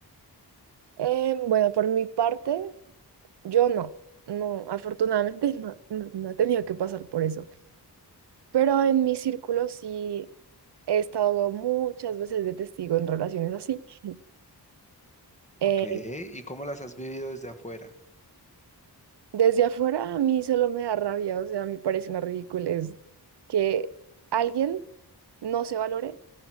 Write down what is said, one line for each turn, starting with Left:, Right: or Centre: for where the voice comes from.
Right: Em, bueno, por mi parte, yo no. No, afortunadamente <laughs> no, no, no he tenido que pasar por eso. Pero en mi círculo sí he estado muchas veces de testigo en relaciones así. <laughs> Eh,
Left: Ok, ¿y cómo las has vivido desde afuera?
Right: Desde afuera a mí solo me da rabia, o sea, me parece una ridiculez que alguien no se valore